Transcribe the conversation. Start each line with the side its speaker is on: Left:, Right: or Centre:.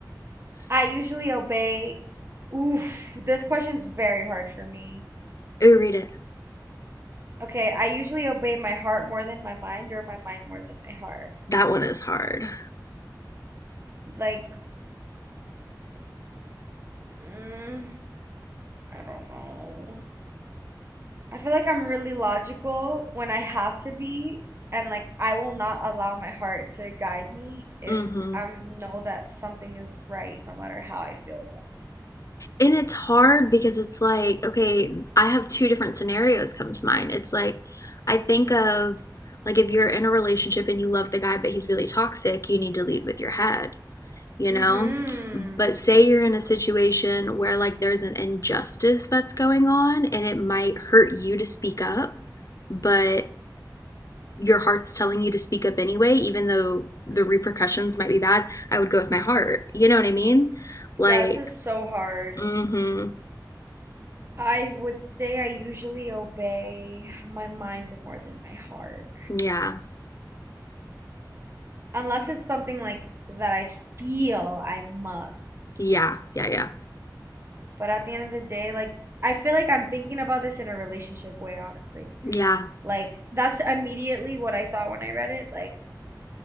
Right: I usually obey. Oof, this question's very hard for me.
Left: Ooh, read it.
Right: Okay, I usually obey my heart more than my mind, or my mind more than my heart.
Left: That one is hard.
Right: Like, mm, I don't know. I feel like I'm really logical when I have to be, and like I will not allow my heart to guide me if
Left: Mm-hmm.
Right: I know that something is right, no matter how I feel about it.
Left: And it's hard because it's like, okay, I have two different scenarios come to mind. It's like, I think of like if you're in a relationship and you love the guy, but he's really toxic, you need to lead with your head, you
Right: Mm-hmm.
Left: know? But say you're in a situation where like there's an injustice that's going on and it might hurt you to speak up, but your heart's telling you to speak up anyway, even though the repercussions might be bad, I would go with my heart. You know what I mean?
Right: Yeah,
Left: Like,
Right: this is so hard.
Left: mm-hmm.
Right: I would say I usually obey my mind more than my heart,
Left: Yeah.
Right: unless it's something like that I feel I must
Left: Yeah.
Right: do.
Left: Yeah. Yeah.
Right: But at the end of the day, like I feel like I'm thinking about this in a relationship way, honestly.
Left: Yeah.
Right: Like that's immediately what I thought when I read it. Like